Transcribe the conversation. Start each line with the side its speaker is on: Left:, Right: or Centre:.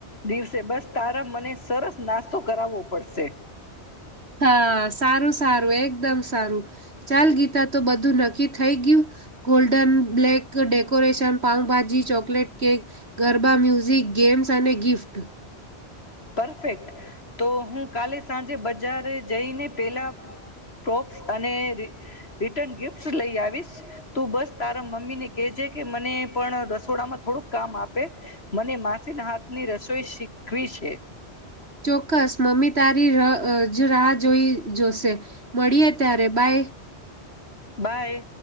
Left: દિવસે બસ તારા મને સરસ નાસ્તો કરાવવો પડશે.
Right: હા સારું-સારું એક એકદમ સારું ચાલ ગીતા તો બધું નક્કી થઈ ગયું golden black decoration pav bhaji chocolate cake garba music games અને ગિફ્ટ.
Left: પરફેક્ટ તો હું કાલે સાંજે બજાર જઈને પેલા પ્રોપ્સ અને રિટન ગિફ્ટ લઈ આવીશ તું બસ તારા મમ્મીને કેહેજે કે મને પણ રસોડામાં થોડુંક કામ આપે મને માસીના હાથની રસોઈ શીખવી છે.
Right: ચોક્કસ મમ્મી તારીજ રાહ જોઈ જોશે મળીએે ત્યારે બાય.
Left: બાય.